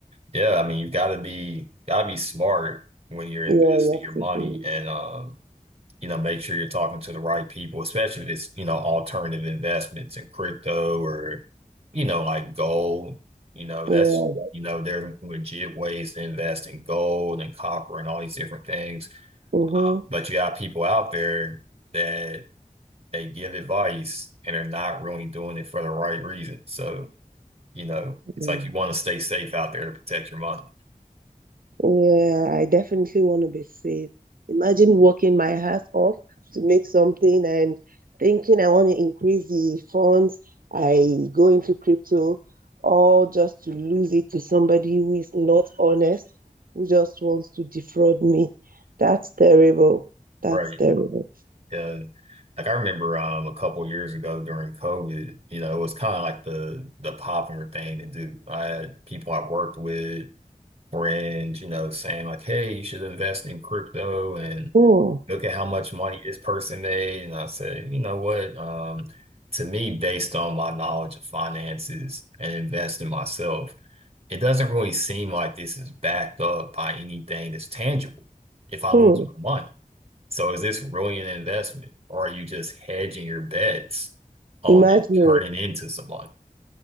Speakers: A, on the right; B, on the right.
A: yeah, I mean, you got to be got to be smart when you're investing
B: you have
A: your money
B: to do.
A: and um, you know, make sure you're talking to the right people, especially if it's, you know, alternative investments in crypto or, you know, like gold. You know,
B: Yeah.
A: that's, you know, there are legit ways to invest in gold and copper and all these different things
B: Mm-hmm.
A: But you got people out there that they give advice and are not really doing it for the right reason. So, you know, it's
B: Yeah.
A: like you want to stay safe out there to protect your money.
B: Yeah, I definitely want to be safe. Imagine working my ass off to make something and thinking I want to increase the funds. I go into crypto, all just to lose it to somebody who is not honest, who just wants to defraud me. That's terrible. That's
A: Right.
B: terrible.
A: Uh, like I remember um a couple years ago during COVID, you know, it was kind of like the the popular thing to do. I had people I worked with, friends, you know, saying like, hey, you should invest in crypto and
B: Hmm.
A: look at how much money this person made. And I said, you know what? Um, to me, based on my knowledge of finances and investing myself, it doesn't really seem like this is backed up by anything that's tangible if I
B: Hmm.
A: lose my money. So is this really an investment, or are you just hedging your bets on
B: Imagine.
A: it turning into someone?